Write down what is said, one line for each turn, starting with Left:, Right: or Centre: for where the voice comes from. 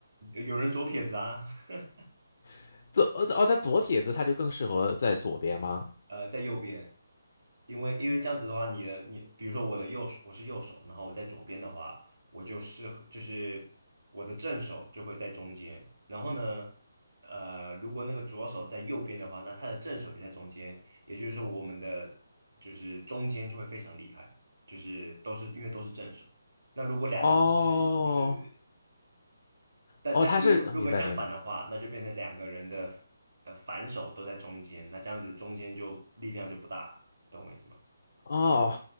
Right: 有有人左撇子啊，<laughs>
Left: <laughs> 左哦，他左撇子他就更适合在左边吗？
Right: 呃，在右边，因为因为这样子的话，你的你，比如说我的右手，我是右手，然后我在左边的话，我就适合就是我的正手就会在中间，然后呢，呃，如果那个左手在右边的话，那他的正手也在中间，也就是说我们的就是中间就会非常厉害，就是都是因为都是正手。那如果两个都是，
Left: 哦，
Right: 呃。但但是如果如果相反的话，
Left: 哦，他是呃明白明白
Right: 那就变成两个人的呃反手都在中间，那这样子中间就力量就不大，懂我意思吗？
Left: 哦，